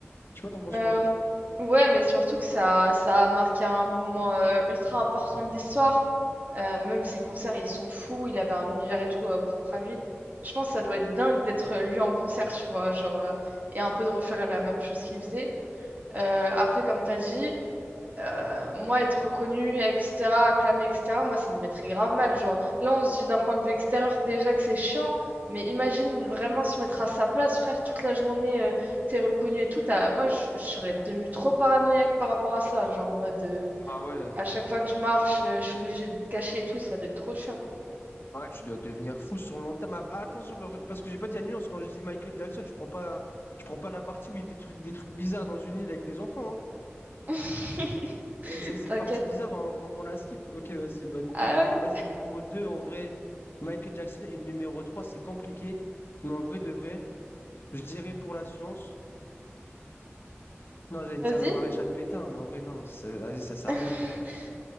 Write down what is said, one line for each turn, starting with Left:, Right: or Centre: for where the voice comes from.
Left: Je sais pas, t'en penses
Right: Euh,
Left: quoi?
Right: ouais, mais surtout que ça, ça a marqué un moment euh, ultra important de l'histoire. Euh, même ses concerts, ils sont fous. Il avait un univers et tout euh, propre à lui. Je pense que ça doit être dingue d'être euh, lui en concert, tu vois, genre, euh, et un peu de refaire la même chose qu'il faisait. Euh, après, comme t'as dit, euh, moi, être reconnu, etc., acclamé, etc., moi, ça me mettrait grave mal. Genre, là, on se dit d'un point de vue extérieur déjà que c'est chiant, mais imagine vraiment se mettre à sa place, frère, toute la journée, euh, t'es reconnu et tout. t'as- Moi, je je serais devenue trop paranoïaque par rapport à ça. Genre, en mode, euh,
Left: Ah ouais.
Right: à chaque fois que je marche, euh, je suis obligée d'être cachée et tout, ça doit être trop chiant.
Left: Ouais, tu dois devenir fou sur le long terme. Ah, attention, par- parce que j'ai pas dit la nuance. Quand je dis Michael Jackson, je prends pas, je prends pas la partie où il fait truc, des trucs bizarres dans une île avec des enfants. hein.
Right: <laughs>
Left: C- Cette
Right: T'inquiète.
Left: partie bizarre, on, on- on la skip. Ok, vas-y, bah nickel.
Right: Ah
Left: Bah
Right: ouais,
Left: vas-y, numéro 2 en vrai, Michael Jackson et numéro 3 c'est compliqué. Mais en vrai de vrai, je dirais pour la science. Non, j'allais dire
Right: vas-y.
Left: le maréchal Pétain, mais en vrai, non, ça- vas-y, ça sert
Right: <laughs>
Left: à rien.